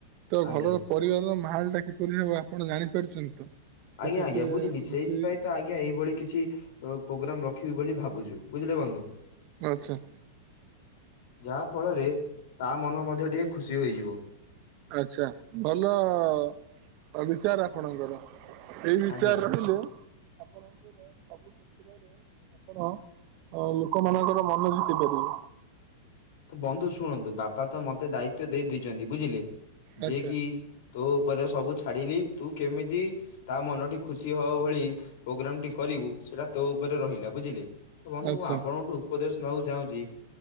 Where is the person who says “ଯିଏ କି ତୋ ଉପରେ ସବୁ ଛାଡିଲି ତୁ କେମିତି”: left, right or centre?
Left